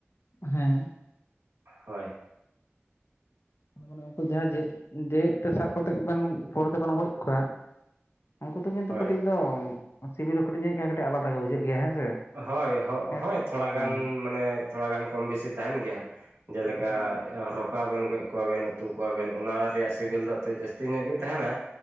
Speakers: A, on the left; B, on the right.
A: ᱦᱮᱸ
B: ᱦᱚᱭ
A: ᱦᱳᱭ ᱚᱱᱮ ᱚᱱᱛᱮ ᱡᱟᱦᱟᱸ ᱡᱤᱣᱮᱫ ᱡᱮᱣᱮᱫ ᱛᱮ ᱥᱟᱵ ᱠᱟᱛᱮᱜ ᱵᱮᱱ ᱯᱚᱨᱮ ᱛᱮᱵᱮᱱ ᱜᱚᱡ ᱠᱚᱣᱟ ᱩᱱᱠᱩ ᱫᱚ ᱠᱤᱱᱛᱩᱠ
B: ᱦᱳᱭ
A: ᱠᱟᱹᱴᱤᱡ ᱫᱚᱢ, ᱥᱤᱵᱤᱞ ᱦᱚᱸ ᱠᱟᱹᱴᱤᱡ ᱡᱟᱹᱱᱤᱡ ᱠᱷᱟᱱ ᱠᱟᱹᱴᱤᱡ ᱟᱞᱟᱫᱟ ᱜᱮ ᱵᱩᱡᱷᱟᱹᱜ ᱜᱮᱭᱟ ᱦᱮᱸ ᱥᱮ᱾
B: ᱦᱚᱭ ᱦᱚᱜ
A: ᱦᱮᱸ
B: ᱦᱚᱭ
A: ᱥᱮ
B: ᱛᱷᱚᱲᱟ
A: ᱦᱮᱸ
B: ᱜᱟᱱ ᱢᱟᱱᱮ ᱛᱷᱚᱲᱟ ᱜᱟᱱ ᱠᱚᱢ ᱵᱮᱥᱤ ᱛᱟᱦᱮᱱ ᱜᱮᱭᱟ ᱾ ᱡᱮᱞᱮᱠᱟ
A: ᱛᱟᱦᱮᱱ ᱜᱮᱭᱟ
B: ᱮ ᱨᱚᱠᱟ ᱵᱮᱱ ᱜᱚᱡ ᱠᱚᱣᱟ ᱵᱮᱱ, ᱩᱛᱩ ᱠᱚᱣᱟ ᱵᱮᱱ ᱚᱱᱟ ᱨᱮᱭᱟᱜ ᱥᱤᱵᱤᱞ
A: ᱦᱮᱸ
B: ᱫᱚ ᱮᱸᱛᱮᱜ ᱡᱟᱹᱥᱛᱤ ᱧᱚᱜ ᱜᱮ ᱛᱟᱦᱮᱱᱟ,